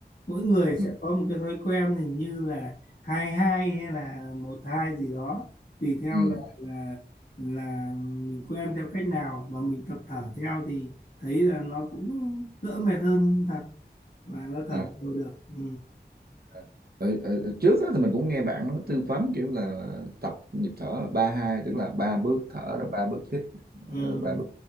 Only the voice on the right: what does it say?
ừ.
Ừ.
à.
Ờ, ở, ở, ở trước á, thì mình cũng nghe bạn nó tư vấn kiểu là tập nhịp thở là ba hai tức là ba bước thở rồi ba bước hít
ờ, ba bước